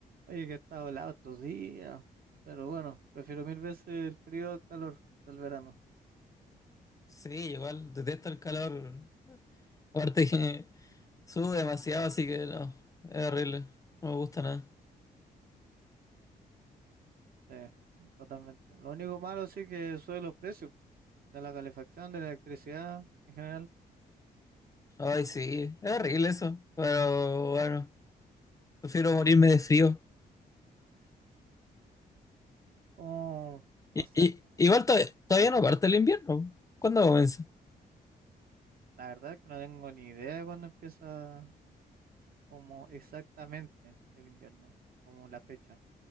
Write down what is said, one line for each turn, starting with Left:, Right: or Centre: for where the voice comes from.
Right: Oye, que ha helado estos días, pero bueno, prefiero mil veces el frío al calor del verano.
Left: Sí, igual detesto el calor. Aparte que sube demasiado, así que no, es horrible. No me gusta nada.
Right: Sí, totalmente. Lo único malo sí que suben los precios de la calefacción, de la electricidad en general.
Left: Ay, sí, es horrible eso. Pero bueno, prefiero morirme de frío.
Right: Oh, no
Left: Y,
Right: sé,
Left: y- igual to- todavía no parte el invierno. ¿Cuándo comienza?
Right: la verdad es que no tengo ni idea de cuándo empieza como exactamente el invierno, como la fecha